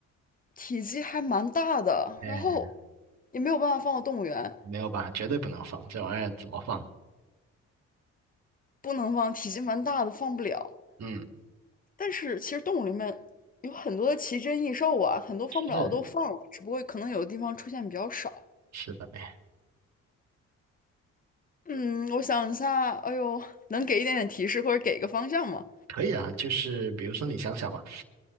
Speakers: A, on the left (about 30°); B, on the right (about 60°).
A: 体积还蛮大的，
B: 哎，
A: 然后也没有办法放到动物园，
B: 没有吧，绝对不能放这玩意儿，怎么放？
A: 不能放，体积蛮大的放不了。
B: 嗯，
A: 但是其实动物里面有很多的奇珍异兽啊，很多放不了的都放了，
B: 是
A: 只不过可能有的地方出现比较少。
B: 是的呗，
A: 嗯，我想一下，哎呦，能给一点点提示或者给一个方向吗？
B: 可以啊，就是比如说你想想嘛。